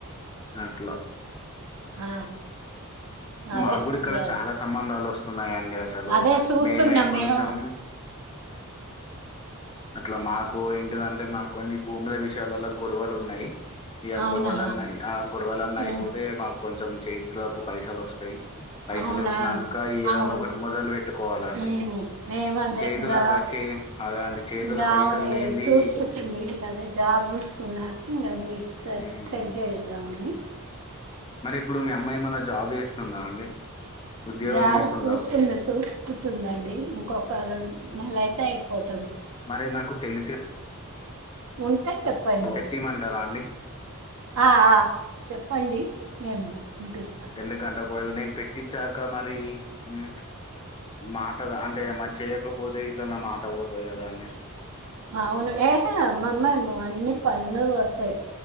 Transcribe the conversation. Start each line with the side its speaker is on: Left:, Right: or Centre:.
Left: అట్లా
Right: ఆ అదే
Left: నాగ్గూడా ఇక్కడ
Right: ఇంకా
Left: చాలా సంబంధాలొస్ తున్నాయన్ డి అసలు
Right: అదే చూస్తున్నాం
Left: మేమే కొంచెం
Right: మేము
Left: అట్లా మాకు ఏంటిదంటే మాకు కొన్ని భూముల విషయాలలో గొడవలు ఉన్నాయి ఈ ఆ
Right: అవునా
Left: గొడవలన్న ఆ గొడవలన్న అయిపోతే
Right: ఉమ్,
Left: మాకు కొంచెం చే కు పైసాలు వస్తాయి పైసోలు
Right: అవునా
Left: వచ్చినాక ఏదన్నా
Right: అవును
Left: ఒకటి మొదలు పెట్టుకోవాలండి
Right: ఉమ్, మేమంతే
Left: చేతుల
Right: ఇంకా
Left: పచి అదే అండి చేతుల
Right: ఇంకా
Left: పైసలు
Right: అది
Left: లేంది
Right: చూస్తుంది ఇగా అదే జాబ్ చూస్తున్నారు <unintelligible> స
Left: ఉమ్,
Right: సెట్ చేదామణి
Left: మరి ఇప్పుడు మీ అమ్మాయి ఏమన జాబ్ చేస్త తుందా అండి ఉద్యోగం
Right: జాబ్
Left: చేస్తుందా
Right: చూస్తుంది చూస్తుంటుందండి ఇంకొక రెం నేల అయిపోతే
Left: మరి నాకు తెలిసి
Right: ఉంటే చెప్పండి
Left: పెట్టిమంటారా అండి
Right: ఆ ఆ చెప్పండి మేము పంపిస్తా
Left: ఎందుకంటే ఒకవేళ నేను పెట్టి చాక మా <unintelligible> మాట అంటే మ చేయకపోతే ఇట్లా నా మాట పో కదా అండి
Right: అవును ఏహ <unintelligible> అని పంలు వస్తాయి